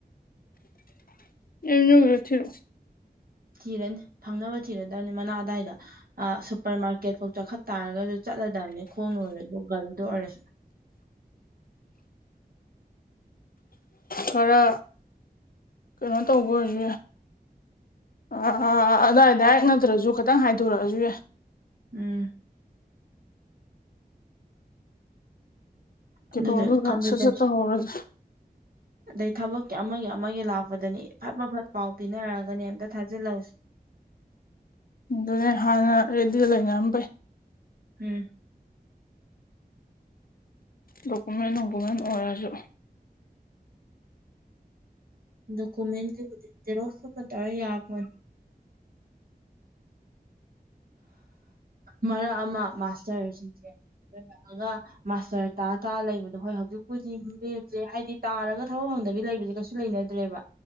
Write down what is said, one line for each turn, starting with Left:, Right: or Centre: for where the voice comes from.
Left: ꯑꯩ ꯃꯅꯨꯡ ꯕꯨꯛꯇ ꯊꯤꯜꯂꫭ
Right: ꯊꯤꯔꯅꯤ ꯐꯪꯅꯕ ꯊꯤꯔꯗꯕꯅꯤ ꯃꯅꯥꯛ‌ ꯑꯗꯥꯏꯗ ꯁꯨꯄꯔ ꯃꯥꯔꯀꯦꯠ ꯐꯥꯎ ꯆꯈꯠ ꯇꯥꯔꯒꯁꯨ ꯆꯠꯂꯗꯕꯅꯦ ꯈꯣꯡꯅ ꯑꯣꯏꯔꯖꯨ ꯒꯥꯔꯤꯗ ꯑꯣꯏꯔꯁꯨ
Left: ꯈꯔ ꯀꯩꯅꯣ ꯇꯧꯕ ꯑꫭꯏꯖꯨ ꯌꯥꯏ ꯑꯥ ꯑꯥ ꯑꯥ ꯑꯗꯥꯏ ꯗꯥꯏꯔꯦꯛ ꯅꯠꯇ꯭ꯔꯁꯨ ꯈꯤꯇꯪ ꯍꯥꯏꯗꯣꯔꯛꯑꯁꯨ ꯌꯥꯏ
Right: ꯎꯝ
Left: ꯀ
Right: ꯑꯗꯨꯗ
Left: ꯑꯗꯨ ꯔ
Right: ꯀꯝꯄ꯭ꯌꯨꯇꯔꯁ
Left: ꯁꯁꯠꯇ ꯍꯔꯗ꯭ꯔꯦ
Right: ꯑꯗꯩ ꯊꯕꯛꯀꯤ ꯑꯃꯒꯤ ꯑꯃꯒꯤ ꯂꯥꯛꯄꯗꯅꯤ ꯐꯠ ꯐꯠ ꯐꯠ ꯄꯥꯎ ꯄꯤꯅꯔꯒꯅꯦ ꯑꯝꯇ ꯊꯥꯖꯤꯜꯍꯧꯁꯤ
Left: ꯑꯗꯨꯅꯦ ꯍꯥꯟꯅ ꯔꯦꯗꯤꯗ ꯂꯩꯅꯔꯝꯕꯩ
Right: ꯎꯝ
Left: ꯗꯣꯀꯨꯃꯦꯟ ꯅꫠꯀꯨꯃꯦꯟ ꯑꯣꯏꯔꯁꯨ
Right: ꯗꯣꯀꯨꯃꯦꯟ ꯀꯩꯀꯩ ꯖꯦꯔꫭꯁ ꯈ ꯈ ꯇꯧꯕ ꯌꯥꯔ ꯄꫭꯠꯅꯤ ꯃꯔꯛ ꯑꯃ ꯃꯥꯁꯇꯔꯁꯤꯡꯁꯦ ꯂꯔꯛꯑꯒ ꯃꯥꯁꯇꯔ ꯇꯥ ꯇꯥ ꯂꯩꯕꯗꯣ ꯍꯣꯏ ꯍꯧꯖꯤꯛꯄꯨꯗꯤ ꯃꯤꯔꯦꯝꯁꯦ ꯍꯥꯏꯗꯤ ꯇꯥꯔꯒ ꯊꯕꯛ ꯐꯪꯗꯕꯤ ꯂꯩꯕꯁꯦ ꯀꯩ ꯨ ꯂꯩꯅꯗ꯭ꯔꯦꯕ